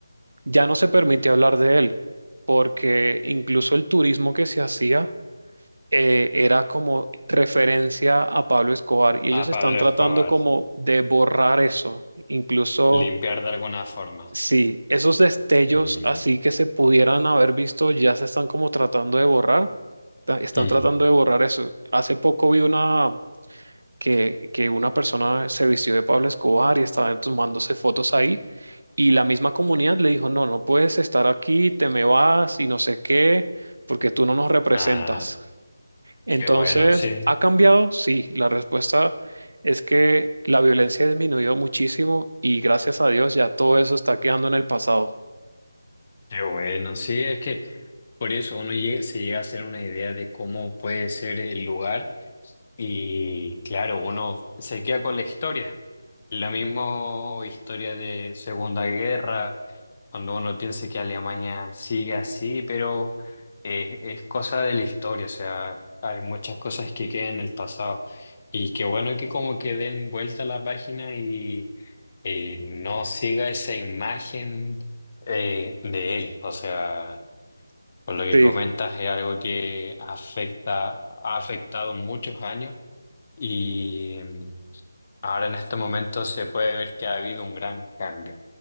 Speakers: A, on the right; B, on the left.
A: ya no se permite hablar de él, porque incluso el turismo que se hacía eh, era como referencia a Pablo Escobar y ellos
B: A
A: están
B: Pablo
A: tratando
B: Escobar,
A: como de borrar eso. Incluso,
B: limpiar de alguna forma.
A: sí, esos destellos
B: Mm,
A: así que se pudieran haber visto ya se están como tratando de borrar. ta- Están
B: mm.
A: tratando de borrar eso. Hace poco vi una que, que una persona se vistió de Pablo Escobar y estaba tomándose fotos ahí. Y la misma comunidad le dijo, no, no puedes estar aquí, te me vas y no sé qué, porque tú no nos representas.
B: Ah,
A: Entonces,
B: qué bueno, sí,
A: ¿ha cambiado? Sí, la respuesta es que la violencia ha disminuido muchísimo y gracias a Dios ya todo eso está quedando en el pasado.
B: qué bueno, sí, es que por eso uno llega- se llega a hacer una idea de cómo puede ser el lugar. Y claro, uno se queda con la historia. La misma historia de Segunda Guerra, cuando uno piensa que Alemania sigue así, pero es, es cosa de la historia, o sea, hay muchas cosas que quedan en el pasado. Y qué bueno que como que den vuelta a la página y eh, no siga esa imagen eh, de él. O sea, por lo que
A: Sí,
B: comentas es algo que afecta, ha afectado muchos años y mm, ahora en este momento se puede ver que ha habido un gran cambio.